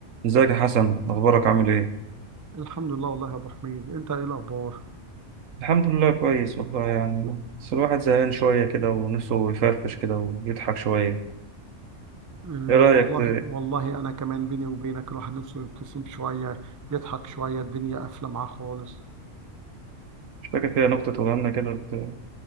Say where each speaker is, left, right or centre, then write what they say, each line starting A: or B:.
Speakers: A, on the right; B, on the right.
A: ازيك يا حسن اخبارك عامل ايه
B: الحمد لله والله يا ابو حميد انت ايه الاخبار
A: الحمد لله كويس والله يعني بس الواحد زهقان شويه كده ونفسه يفرفش كده ويضحك شويه ايه
B: آه،
A: رايك
B: والله
A: ت...
B: والله انا كمان بيني وبينك الواحد نفسه يبتسم شويه يضحك شويه الدنيا قافله معاه خالص
A: مش فاكر كده نكته تقولها لنا كده بت...